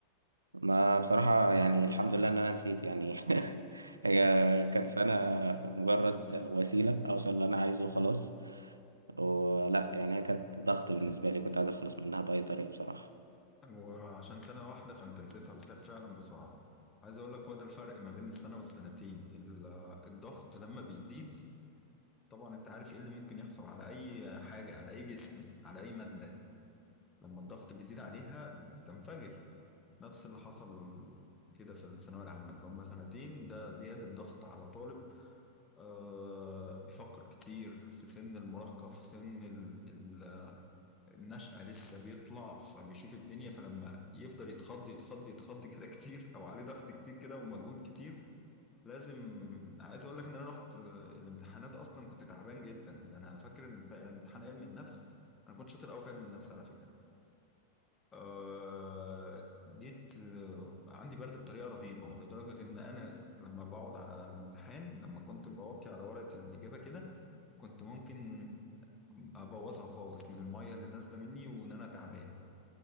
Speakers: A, on the right; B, on the left.
A: ما بصراحة يعني الحمد لله إن أنا نسيت يعني <laughs> هي كانت سنة مجرد وسيلة أوصل اللي أنا عايزه وخلاص ولا يعني هي كانت ضغط بالنسبة لي كنت عايز أخلص منها بأي طريقة بصراحة
B: وعشان سنة واحدة فانت نسيتها بس فعلا بسرعة عايز اقول لك هو ده الفرق ما بين السنة والسنتين ال- الضغط لما بيزيد طبعا انت عارف ايه اللي ممكن يحصل على اي حاجة على اي جسم على اي مادة لما الضغط بيزيد عليها بتنفجر نفس اللي حصل كده في الثانوية العامة اللي هم سنتين ده زيادة ضغط على طالب آه، بيفكر كتير في سن المراهقة في سن ال- ال- النشأة لسه بيطلع فبيشوف الدنيا فلما يفضل يتخض يتخض يتخض كده كتير أو عليه ضغط كتير كده ومجهود كتير لازم عايز أقول لك إن أنا رحت آه، الامتحانات أصلا كنت تعبان جدا ده أنا فاكر إن في امتحان علم النفس أنا كنت شاطر أوي في علم النفس على فكرة آه، جيت آه، عندي برد بطريقه رهيبه لدرجه ان انا لما بقعد على الامتحان لما كنت بوطي على ورقه الاجابه كده كنت ممكن ابوظها خالص من الميه اللي نازله مني وان انا تعبان